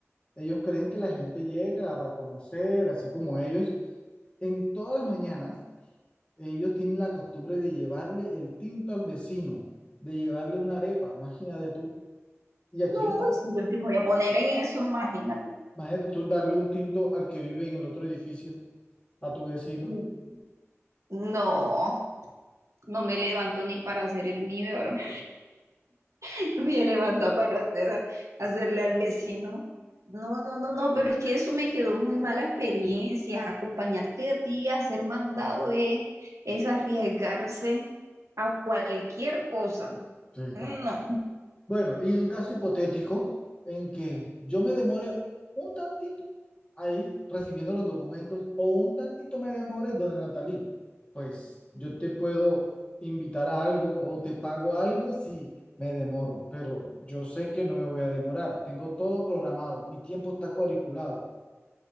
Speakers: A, on the left (about 25°); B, on the right (about 85°).
A: Ellos creen que la gente llega a conocer, así como ellos. En todas las mañanas, ellos tienen la costumbre de llevarle el tinto al vecino, de llevarle una arepa, imagínate tú. Y aquí,
B: No, yo sí me voy a poner en eso, imagínate.
A: imagínate tú darle un tinto al que vive en el otro edificio, a tu vecino.
B: Mm, No, No me levanto ni para hacer el mío, y ahora me <laughs> me voy a levantar para hacer, hacerle al vecino. No, no, no, no, pero es que eso me quedó muy mala experiencia. Acompañarte a ti, a ser mandado es, es arriesgarse a cualquier cosa.
A: Sí,
B: No.
A: no. Bueno, y un caso hipotético en que yo me demore un tantito ahí recibiendo los documentos o un tantito me demore, donde Natalí, pues yo te puedo invitar a algo o te pago algo si me demoro, pero yo sé que no me voy a demorar, tengo todo programado, mi tiempo está cuadriculado.